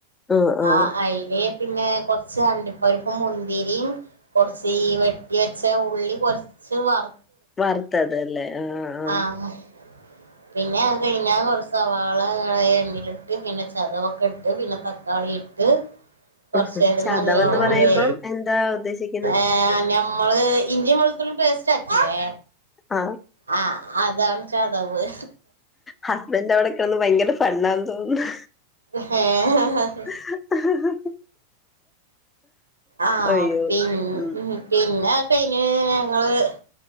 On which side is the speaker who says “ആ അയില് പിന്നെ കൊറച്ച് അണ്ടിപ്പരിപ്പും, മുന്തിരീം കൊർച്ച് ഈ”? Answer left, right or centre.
Right